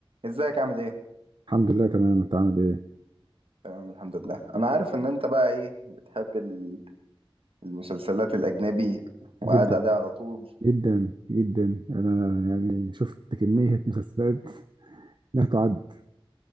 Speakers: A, on the right; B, on the right.
A: ازيك عامل ايه؟
B: الحمد لله تمام انت عامل ايه
A: تمام الحمد لله انا عارف ان انت بقى ايه بتحب ال- المسلسلات الاجنبي وقاعد
B: جدا
A: عليها على طول
B: جدا جدا انا يعني شفت كمية <laughs> مسلسلات لا تعد